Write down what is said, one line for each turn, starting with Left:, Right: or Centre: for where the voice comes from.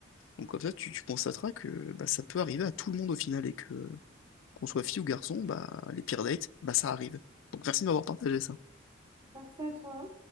Left: Donc comme ça, tu, tu constateras que bah, ça peut arriver à tout le monde au final et que qu'on soit fille ou garçon, bah les pires dates, bah ça arrive. Donc merci de m'avoir partagé ça.
Right: Faire ça, toi.